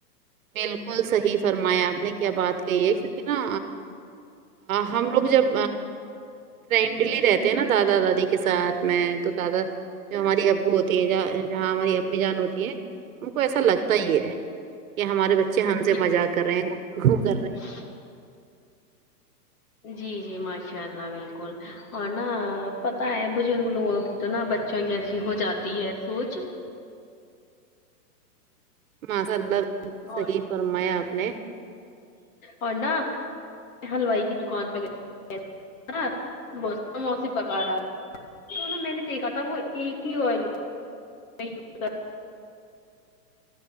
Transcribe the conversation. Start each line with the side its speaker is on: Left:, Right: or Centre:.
Right: بالکل صحیح فرمایا آپ نے کیا بات کہی ہے کیونکہ نا ہم لوگ جب فرینڈلی رہتے ہیں نا دادا دادی کے ساتھ میں تو دادا جو ہماری ابو ہوتی ہیں جا جہاں ہماری امی جان ہوتی ہیں ان کو ایسا لگتا ہی ہے یہ ہمارے بچے ہم سے
Left: جی
Right: مزاق کر رہے ہیں گفتگو کر رہے ہیں
Left: <inaudible> جی جی ماشاء اللہ بالکل اور نا پتا ہے بزرک لوگوں کی تو نا بچوں جیسی ہو جاتی ہے سوچ
Right: ماشاء اللہ بالکل
Left: اور
Right: صحیح فرمایا آپ نے
Left: اور نہ ہلوائی کی دکان پہ گئے آ بس موسی پکا رہا تو نا میں نے دیکھا تھا وہ ایک ہی آئل کو یوس